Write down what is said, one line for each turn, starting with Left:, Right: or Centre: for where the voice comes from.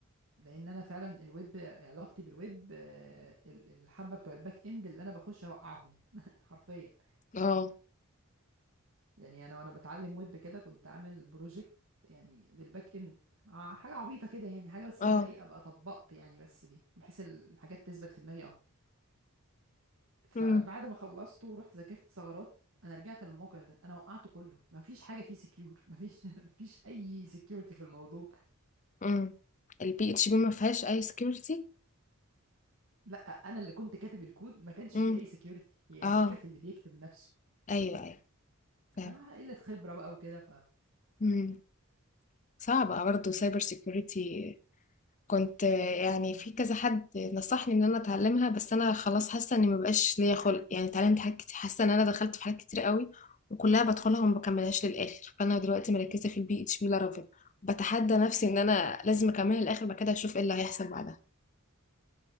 Right: لان انا فعلا الويب علاقتي بالويب آه، ال- الحبه بتوع الباك اند اللي انا بخش اوقعهم <laughs> حرفيا
Left: اه
Right: يعني انا وانا بتعلم ويب كده كنت عامل بروجكت يعني بالباك اند ع- حاجه عبيطه كده يعني حاجه بس
Left: اه
Right: اللي هو ايه ابقى طبقت يعني بس بيها بحيث الحاجات تثبت في دماغي اكتر فبعد
Left: امم
Right: ما خلصته ورحت ذاكرت ثغرات انا رجعت للموقع ده انا وقعته كله ما فيش حاجه فيه سكيور ما فيش <laughs> ما فيش اي سكيورتي في الموضوع
Left: امم البي اتش بي ما فيهاش اي سكيورتي
Right: لا انا اللي كنت كاتب الكود ما كانش
Left: امم
Right: فيه اي سكيورتي هي
Left: اه
Right: الفكره في اللي بيكتب نفسه
Left: ايوه ايوه فاهم
Right: كان على قله خبره بقى وكده
Left: امم صعبة برضه سايبر سيكيورتي كنت يعني في كذا حد نصحني ان انا اتعلمها بس انا خلاص حاسه اني مبقاش ليا خلق يعني اتعلمت حاجات كتير حاسه ان انا دخلت في حاجات كتير قوي وكلها بدخلها وما بكملهاش للاخر فانا دلوقتي مركزه في البي اتش بي لارافيل بتحدى نفسي ان انا لازم اكملها للاخر بعد كده اشوف ايه اللي هيحصل بعدها